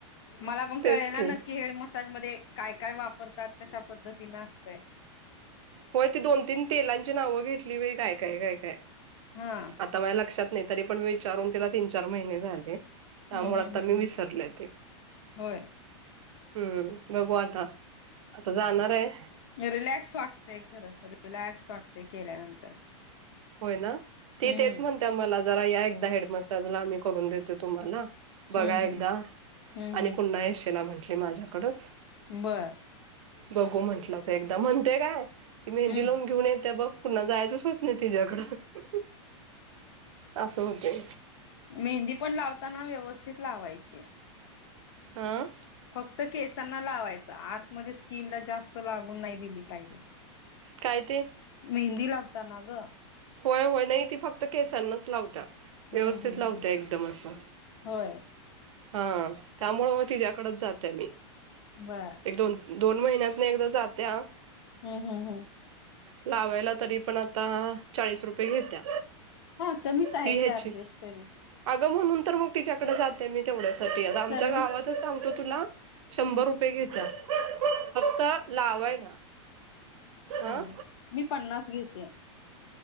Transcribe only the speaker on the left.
मला पण
कळेल ना
नक्की हेड मसाज मध्ये काय काय वापरतात कशा पद्धतीनं असतंय.
हा.
हम्म हम्म
हम्म
हम्म
होय.
रील्याक्स वाटते खरं रील्याक्स वाटते केल्यानंतर.
हम्म.
हम्म
हम्म हम्म
हम्म
बर.
हम्म
मेहंदी पण लावताना व्यवस्थित लावायची.
फक्त केसांना लावायचं आतमध्ये स्किनला जास्त लागून नाही दिली पाहिजे.
मेहंदी लागता ना गं.
हम्म
हम्म
हम्म
होय
बर.
हम्म हम्म हम्म.
हा कमीच आहे
चार्जेस
तरी
सर्विस
हम्म
छान,
मी पन्नास घेते.